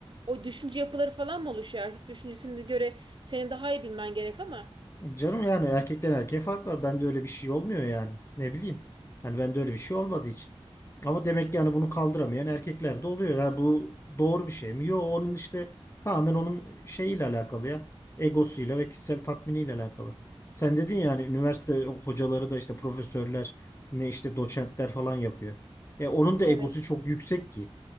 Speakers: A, on the right; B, on the left.
A: O düşünce yapıları falan mı oluşuyor? Erkek düşüncesine göre senin daha iyi bilmen gerek ama.
B: Canım yani erkekten erkeğe fark var. Bende öyle bir şey olmuyor yani. Ne bileyim. Yani bende öyle bir şey olmadı hiç. Ama demek ki yani bunu kaldıramayan erkekler de oluyor. Yani bu doğru bir şey mi? Yok onun işte tamamen onun şeyiyle alakalı ya. Egosuyla ve kişisel tatminiyle alakalı. Sen dedin yani üniversite hocaları da işte profesörler ne işte doçentler falan yapıyor. E onun da
A: Evet.
B: egosu çok yüksek ki.